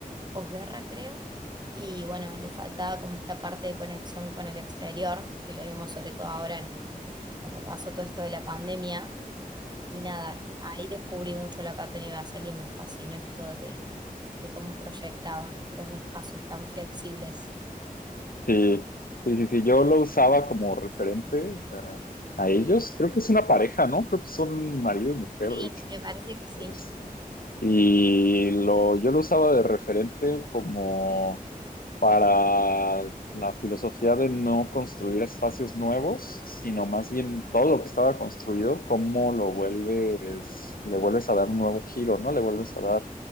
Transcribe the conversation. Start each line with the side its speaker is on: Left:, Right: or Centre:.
Right: posguerra, creo. Y bueno, le faltaba como esta parte de conexión con el exterior, que lo vimos sobre todo ahora en- cuando pasó todo esto de la pandemia y nada, ahí descubrí mucho lo que ha tenido Basel y me fascinó esto de, de cómo proyectaban los espacios tan flexibles.
Left: Sí, sí, sí, sí, yo lo usaba como referente a, a ellos. Creo que es una pareja, ¿no? Creo que son marido y mujer,
Right: Sí,
Left: de hecho.
Right: me parece que Sí,
Left: Es- y lo, yo lo usaba de referente como para la filosofía de no construir espacios nuevos, sino más bien todo lo que estaba construido, cómo lo vuelves, le vuelves a dar un nuevo giro, ¿no? Le vuelves a dar